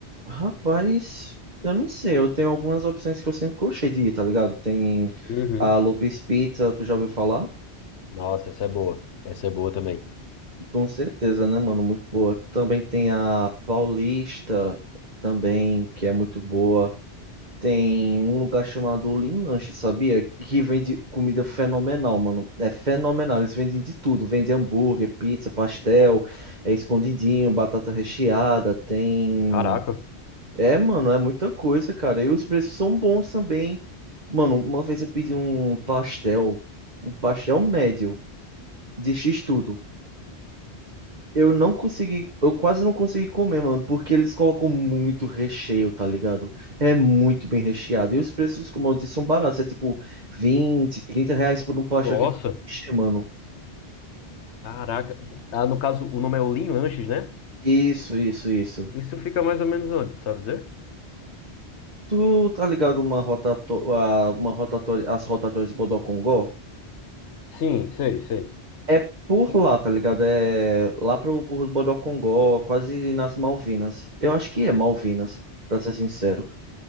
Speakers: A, on the right; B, on the left.
A: rapaz, eu não sei, eu tenho algumas opções que eu sempre gostei de ir, tá ligado? Tem
B: Uhum.
A: a Lopes Pizza, tu já ouviu falar?
B: Nossa, essa é boa. Essa é boa também.
A: Com certeza, né, mano? Muito boa. Também tem a Paulista, também, que é muito boa. Tem um lugar chamado Lean Lanche, sabia? Que vende comida fenomenal, mano. É fenomenal. Eles vendem de tudo. Vendem hambúrguer, pizza, pastel, é escondidinho, batata recheada. Tem.
B: Caraca,
A: É, mano, é muita coisa, cara. E os preços são bons também. Mano, uma vez eu pedi um pastel, um pastel médio, de X tudo. Eu não consegui, eu quase não consegui comer, mano, porque eles colocam muito recheio, tá ligado? É muito bem recheado. E os preços, como eu disse, são baratos. É tipo 20, 30 reais por um pastel
B: nossa,
A: que vai encher, mano.
B: caraca. Ah, no caso, o nome é Olin Lanches, né?
A: Isso, isso, isso.
B: Isso fica mais ou menos onde, sabe dizer?
A: Tu tá ligado uma rotatória, uma rotatória, as rotatórias de Bodocongó?
B: Sim, sei, sei.
A: É por lá, tá ligado? É lá pro, por Bodocongó, quase nas Malvinas. Eu acho que é Malvinas, pra ser sincero.